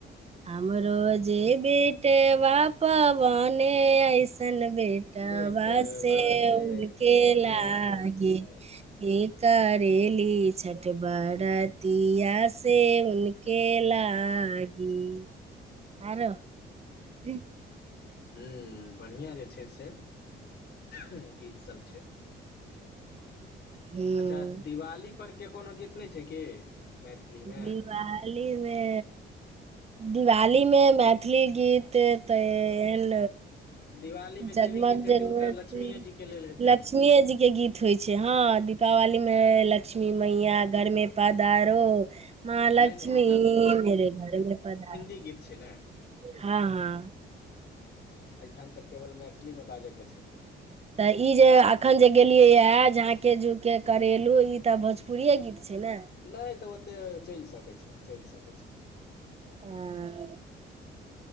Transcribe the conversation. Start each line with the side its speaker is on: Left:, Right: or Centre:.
Right: हमरोजे बेटे वा पवने ऐसन बेटबा
Left: बेटवा
Right: से
Left: से
Right: उनके
Left: हनके
Right: लागे
Left: लागी
Right: हे करेली छठ बड़त तीया से उनके लागी आँरौ ई
Left: हूँ बढ़िआँ जे छैय से गीतसब छैय
Right: हूँ
Left: अच्छा दिवाली पर के कोनो गीत नै छैय की मैथिली मे
Right: दिवालीमे दिवालीमे मैथिली गीत त एन
Left: दिवाली मे
Right: जगमग
Left: जे भी गीत हेतै
Right: जन्मति
Left: ओ तऽ लक्ष्मीए
Right: लक्ष
Left: जी के लेल हेतै
Right: लक्ष्मीे जीके गीत होइ छैय हाँ दीपावलीमे लक्ष्मी मैया घरमे पधारो महालक्ष्मी
Left: नहि नहि
Right: मेेरे घर मे पधारो
Left: मैथली गीत छै ने
Right: हँ - हँ
Left: एयठम तऽ केवल मैथिलीमे बाजअकेँ छै
Right: तऽ इ जे अखन जे गेलिये यहै झाके झूके करेलु इ तऽ भोजपुरिये गीत छै नऽ
Left: नय तऽ ओते चैल सकै छैय चैल सकै छैय
Right: अए